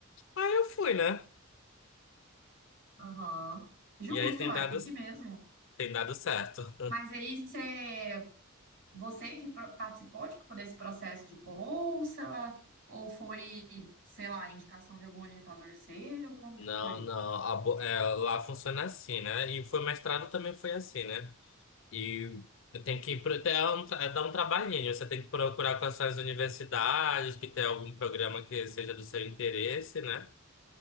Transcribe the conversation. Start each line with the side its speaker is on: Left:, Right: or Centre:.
Left: Aí eu fui, né?
Right: Aham. Justo,
Left: E aí tem
Right: uai,
Left: dado,
Right: tem que ir mesmo.
Left: tem dado certo.
Right: Mas aí você, você que pro- participou, tipo, desse processo de bolsa, ou foi, sei lá, indicação de algum orientador seu? Como que
Left: Não,
Right: foi?
Left: não. a bo- é, lá funciona assim, né? E foi mestrado também foi assim, né? E tem que ir pro- é um, tra- é dar um trabalhinho. Você tem que procurar quais são as universidades, que tem algum programa que seja do seu interesse, né?